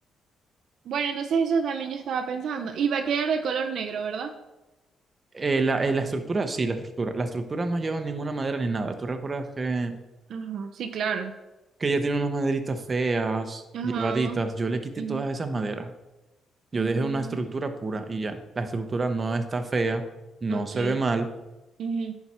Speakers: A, on the right (about 70°); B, on the right (about 35°).
A: Bueno, entonces eso también yo estaba pensando. Y va a quedar de color negro, ¿verdad?
B: Eh, la, eh, la estructura, sí, la estructura. La estructura no lleva ninguna madera ni nada. ¿Tú recuerdas que,
A: Ajá, sí, claro.
B: que ella tiene unas maderitas feas,
A: Ajá.
B: llevaditas? Yo le quité
A: Ujú.
B: todas esas maderas. Yo
A: Mm,
B: dejé una estructura pura y ya. La estructura no está fea, no
A: ok.
B: se ve mal,
A: Ujú.